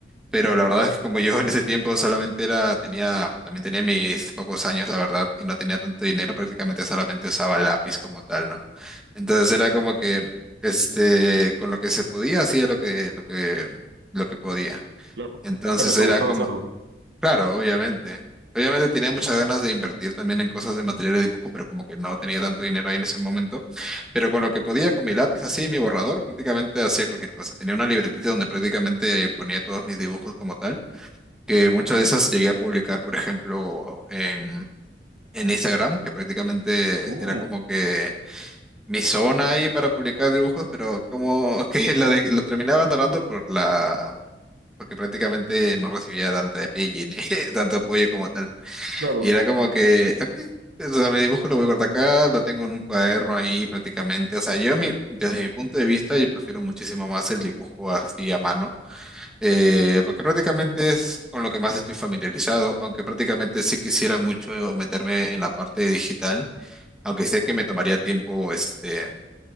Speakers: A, in the centre; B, on the right.
A: Pero la verdad es que como yo en ese tiempo solamente era, tenía, también tenía mis pocos años, la verdad, y no tenía tanto dinero, prácticamente solamente usaba lápiz como tal, ¿no? Entonces era como que, este, con lo que se podía, hacía lo que, lo que, lo que podía.
B: Claro.
A: Entonces
B: Pero te
A: era
B: gustaba
A: como,
B: hacerlo.
A: Claro, obviamente. Obviamente tenía muchas ganas de invertir también en cosas de material de dibujo, pero como que no tenía tanto dinero ahí en ese momento. Pero con lo que podía, con mi lápiz así, mi borrador, prácticamente hacía cualquier cosa. Tenía una libretita donde prácticamente ponía todos mis dibujos como tal, que muchas de esas llegué a publicar, por ejemplo, en, en Instagram, que prácticamente
B: Oh,
A: era como que mi zona ahí para publicar dibujos, pero como <laughs> que lo, de- lo terminaba abandonando por la... porque prácticamente no recibía tanta apoyo, ni <laughs> tanto apoyo como tal.
B: claro.
A: Y era como que, ok, o sea, mi dibujo lo voy a guardar acá, lo tengo en un cuaderno ahí prácticamente. O sea, yo mi, desde mi punto de vista, yo prefiero muchísimo más el dibujo así a mano, eh, porque prácticamente es con lo que más estoy familiarizado, aunque prácticamente sí quisiera mucho meterme en la parte digital, aunque sé que me tomaría tiempo este,